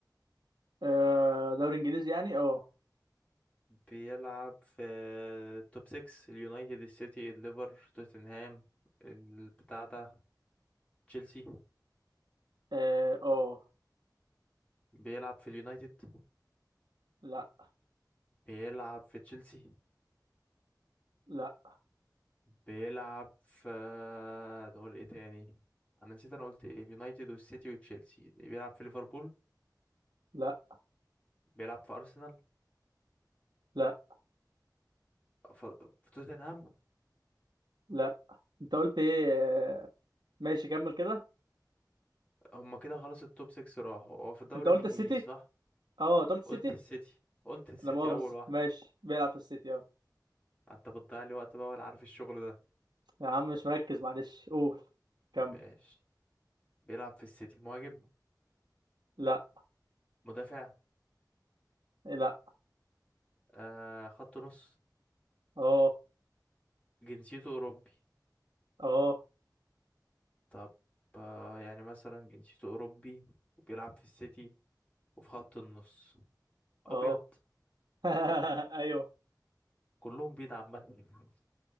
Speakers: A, on the right; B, on the left.
A: آه دوري انجليزي يعني اه
B: بيلعب في التوب 6 اليونايتد السيتي الليفر توتنهام البتاع ده تشيلسي
A: اه آه.
B: بيلعب في اليونايتد
A: لا
B: بيلعب في تشيلسي
A: لا
B: بيلعب في نقول ايه تاني انا نسيت انا قلت ايه اليونايتد والسيتي وتشيلسي بيلعب في ليفربول
A: لا
B: بيلعب في ارسنال
A: لا
B: ف- في توتنهام
A: لا انت قلت ايه آه، ماشي كمل كده
B: هما كده خلاص التوب 6 راحوا هو في الدوري
A: انت قلت
B: الانجليزي
A: السيتي
B: صح
A: اه انت قلت السيتي
B: قلت السيتي قلت السيتي
A: لا مؤاخذة
B: اول واحد
A: ماشي بيلعب في السيتي اه
B: انت بتضيع لي وقت بقى ولا عارف الشغل ده
A: يا عم مش مركز معلش قول كمل
B: ماشي بيلعب في السيتي مهاجم
A: لا
B: مدافع
A: لا
B: آه خط نص
A: اه
B: جنسيته اوروبي
A: اه
B: طب آه يعني مثلا جنسيته اوروبي وبيلعب في السيتي وفي خط النص ابيض
A: اه <laughs> ايوه
B: كلهم بيض عامة <laughs>